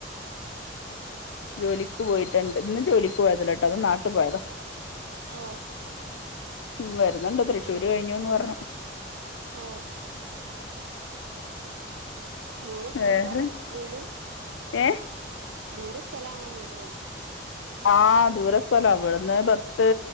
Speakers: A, on the left (about 80°); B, on the right (about 80°).
A: ജോലിക്ക് പോയിട്ട്ണ്ട് ഇന്ന് ജോലിക്ക് പോയതഅല്ല ട്ടോ ഇന്ന് നാട്ട് പോയത.
B: ഓ
A: ഉം വരുന്നുണ്ട് തൃശ്ശൂര് കഴിഞ്ഞുന്ന് പറഞ്ഞു.
B: ഓഹ് ദൂരെ സ്ഥലത്ത
A: വേറെ
B: വീട്?
A: ഏ
B: ദൂരെ സ്ഥല ആണോ വീട്?
A: ആഹ് ദൂര സ്തല ഇവിട്ന്ന് പത്ത്